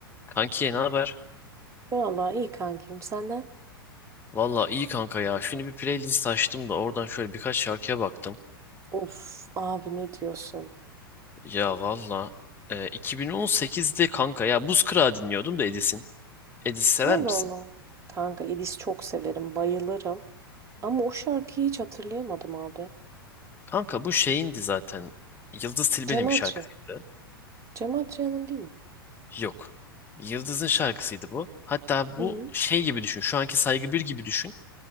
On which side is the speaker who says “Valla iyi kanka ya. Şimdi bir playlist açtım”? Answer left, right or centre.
Left